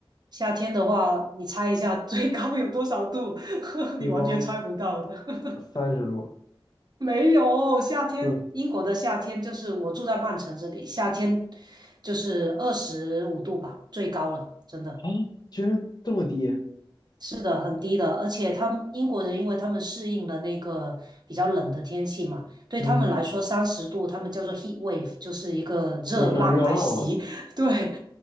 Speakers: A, on the right; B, on the left.
A: 夏天的话，你猜一下最高有多少度？<laughs>
B: 最高三
A: 你完全猜不到的。<laughs>
B: 三十度，
A: 没有，夏天英国的夏天就是我住在曼城这里，
B: 四，
A: 夏天就是二十五度吧，最高了，真的。
B: 啊，居然这么低！
A: 是的，很低的，而且他们英国人，因为他们适应了那个比较冷的天气嘛，对他们来说，
B: 嗯，
A: 三十度他们叫做 heat wave，就是一个热浪来袭。
B: 就算热浪了，
A: <laughs> 对，